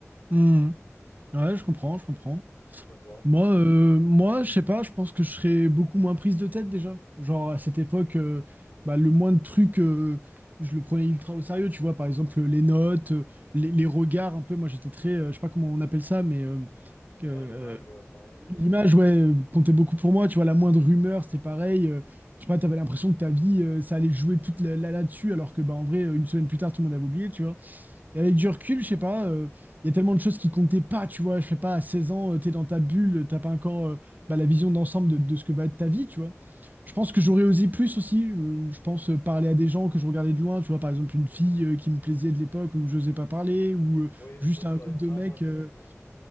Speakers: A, on the right; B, on the left.
A: Mm. Ouais, je comprends, je comprends.
B: Je sais pas toi.
A: Moi, euh, moi, je sais pas, je pense que je serais beaucoup moins prise de tête déjà. Genre à cette époque, euh, bah, le moins de trucs, euh, je le prenais ultra au sérieux, tu vois, par exemple les notes, euh, les, les regards un peu, moi j'étais très, euh, je sais pas comment on appelle ça, mais euh,
B: Ouais, l'image, euh, enfin,
A: L'image, ouais, comptait beaucoup pour moi. Tu vois, la moindre rumeur, c'était pareil. Euh, je sais pas, t'avais l'impression que ta vie, euh, ça allait jouer toute la, la- là-dessus, alors que, bah, en vrai, euh, une semaine plus tard, tout le monde avait oublié, tu vois. Et avec du recul, je sais pas, euh, il y a tellement de choses qui comptaient pas, tu vois. Je sais pas, à 16 ans, euh, t'es dans ta bulle, euh, t'as pas encore euh, bah, la vision d'ensemble de, de ce que va être ta vie, tu vois. Je pense que j'aurais osé plus aussi. euh, je pense euh, parler à des gens que je regardais de loin, tu vois, par exemple, une fille euh, qui me plaisait de l'époque où j'osais pas parler, ou euh,
B: ouais.
A: juste
B: Oui, ça c'est
A: à un
B: vrai.
A: groupe
B: Ça,
A: de mecs.
B: moi, tu
A: euh,
B: vois, ouais.